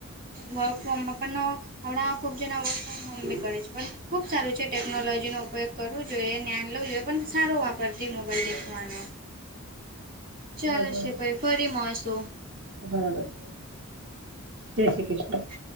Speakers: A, on the right (about 40°); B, on the right (about 55°).
A: વર્ક ફ્રોમમાં પણ હમણાં ખુબ જણા વર્ક ફ્રોમ હોમ બી કરે છે પણ ખુબ સારું છે. ટેકનોલોજીનો ઉપયોગ કરવો જોઈએ જ્યાઞન લવું જોઈએ. પણ સારો વાપરતી મોબાઈલ દેખવાનો ચાલશે
B: બરાબર
A: પ ફરી મળસું.
B: બરાબર. જય શ્રી કૃષ્ણ.
A: હ.